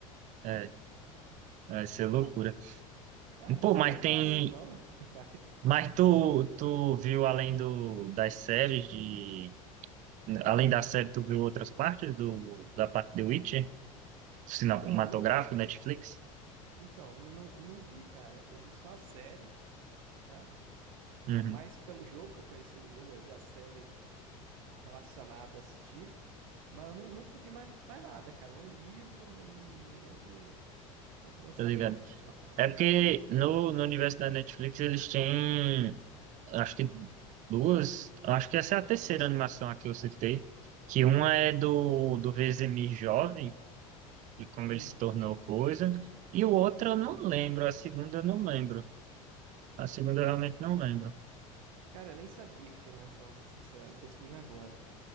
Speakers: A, on the right; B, on the right.
A: É, vai ser loucura.
B: Rapaz, ah,
A: Pô,
B: não sei
A: mas
B: se vai mudar
A: tem...
B: muito, não, <laughs> mas,
A: Mas tu,
B: mas-
A: tu viu além do, das séries de. Além da série, tu viu outras partes do, da parte de Witcher? Cinematográfico,
B: Então, não,
A: Netflix?
B: então não, não, não vi, cara. Eu vi só a série, né?
A: Uhum,
B: Mas pelo jogo, que eu conheci o jogo, eu vi a série relacionada a assistir. Mas eu nu- nunca vi mais, mais nada, cara. Nem o livro, nem, nem outro, outro lançamento
A: tá ligado?
B: relacionado.
A: É porque no, no universo da Netflix eles têm. Acho que duas. Acho que essa é a terceira animação aqui que eu citei. Que uma é do, do Vezemir jovem, e como
B: Hum,
A: ele se tornou
B: maneiro.
A: coisa. E o outro eu não lembro. A segunda eu não lembro. A segunda eu realmente não lembro.
B: Cara, eu nem sabia que tinha animação, vou ser sincero. Tô descobrindo agora.